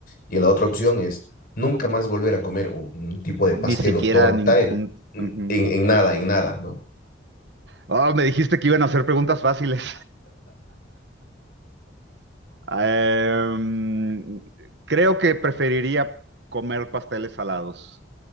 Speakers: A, on the left; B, on the right.
A: Y la otra opción es nunca más volver a comer un, un tipo de pastel
B: Ni siquiera
A: o torta
B: ningún...
A: eh, en,
B: ujú.
A: en nada, en nada, ¿no?
B: Oh, me dijiste que iban a hacer preguntas fáciles. Em, creo que preferiría comer pasteles salados.